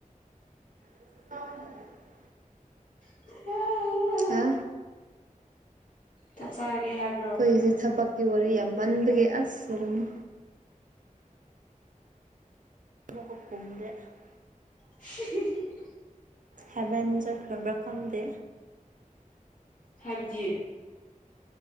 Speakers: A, on the right; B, on the left.
A: <unintelligible>
B: <unintelligible>
A: ꯍꯥ
B: ꯆꯥꯛ ꯆꯔꯒꯦ ꯍꯥꯏꯔ
A: ꯑꯩꯈꯣꯏꯁꯦ ꯊꯕꯛꯀꯤ ꯋꯥꯔꯤ ꯌꯥꯝꯃꯟꯕꯒꯤ ꯑꯁ ꯑꯣꯏꯔꯝꯃꯤ <unintelligible>
B: <unintelligible>
A: ꯍꯦꯕꯦꯟ ꯆꯠꯈꯔ꯭ꯕ꯭ꯔ ꯈꯪꯗꯦ
B: ꯍꯥꯏꯕꯗꯤ